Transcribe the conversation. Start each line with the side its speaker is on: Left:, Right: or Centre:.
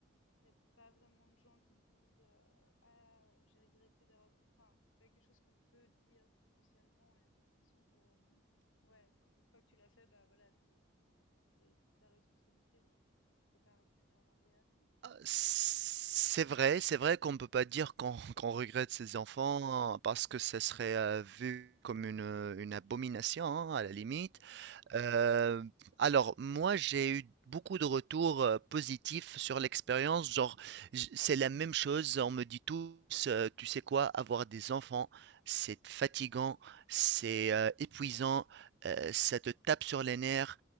Left: il n'y a pas vraiment de gens qui disent euh, ah j'ai regretté d'avoir. des- Enfin, c'est pas quelque chose qu'on peut dire socialement. Et j'ai l'impression que euh, ouais, enfin une fois que tu l'as fait, bah voilà, t'es- c'est c'est ta responsabilité, donc tu, tu peux pas revenir en arrière non plus. Donc
Right: C'est vrai, c'est vrai qu'on ne peut pas dire qu'on <laughs> qu'on regrette ses enfants hein, parce que ça serait euh, vu comme une, une abomination hein, à la limite.
Left: ouais,
Right: Heu, alors moi, j'ai eu beaucoup de retours, heu, positifs sur l'expérience, genre j c'est la même chose, on me dit tous, heu: «Tu sais quoi? Avoir des enfants, c'est fatigant, c'est, heu, épuisant, heu, ça te tape sur les nerfs,